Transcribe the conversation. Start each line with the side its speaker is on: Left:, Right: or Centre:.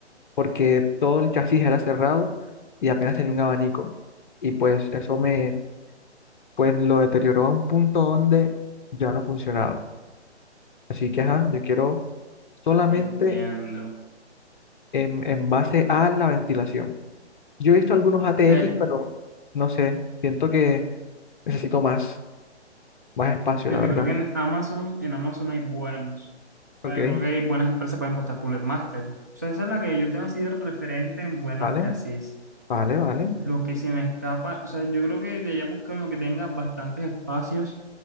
Left: porque todo el chasis era cerrado y apenas tenía un abanico. Y pues eso me, pues lo deterioró a un punto donde ya no funcionaba. Así que, ajá, yo quiero solamente
Right: Entiendo. O
Left: en, en base a la ventilación. Yo he visto algunos ATX,
Right: sea,
Left: pero no sé, siento que necesito más, más espacio,
Right: Pero
Left: la verdad.
Right: yo creo que en Amazon, en Amazon hay buenos.
Left: Ok,
Right: O sea, yo creo que hay buenas empresas, por ejemplo, está Cooler Master. O sea, esa es la que yo tengo así de referente en buenas
Left: vale,
Right: chasis.
Left: vale, vale.
Right: Lo que se me escapa, o sea, yo creo que de allá buscar uno que tenga bastantes espacios